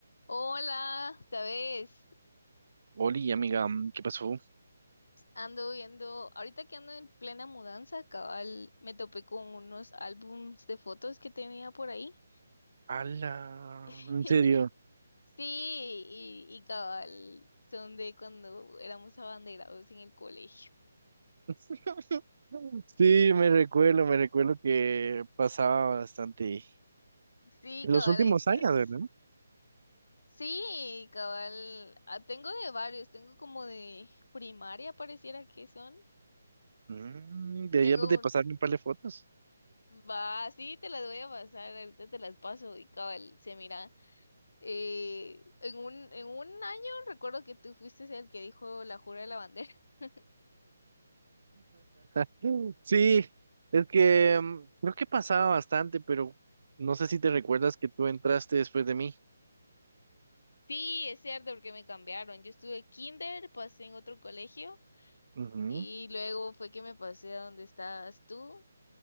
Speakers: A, on the left (about 70°); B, on the right (about 50°).
A: Hola, ¿sabes?
B: Oli, amiga, mm, ¿qué pasó?
A: Ando viendo, ahorita que ando en plena mudanza, cabal, me topé con unos álbums de fotos que tenía por ahí.
B: Ala,
A: <laughs>
B: en serio.
A: Sí, y, y cabal, son de cuando éramos abanderados en el colegio.
B: <laughs> Sí, me recuerdo, me recuerdo que pasaba bastante
A: Sí,
B: en
A: cabal,
B: los últimos
A: ahí estás.
B: años, ¿verdad?
A: Sí, cabal, ah, tengo de varios, tengo como de primaria, pareciera que son.
B: Mm, deberíamos
A: Tengo
B: de pasarme
A: un,
B: un par de fotos.
A: va, sí, te las voy a pasar, ahorita te las paso y cabal, se mira. eh, en un, en un año recuerdo que tú fuiste el que dijo la jura de la bandera. <laughs>
B: <laughs> Sí, es que mm, creo que pasaba bastante, pero no sé si te recuerdas que tú entraste después de mí.
A: Sí, es cierto, porque me cambiaron. Yo estuve kinder, pasé en otro colegio
B: Ujú,
A: y luego fue que me pasé a donde estabas tú.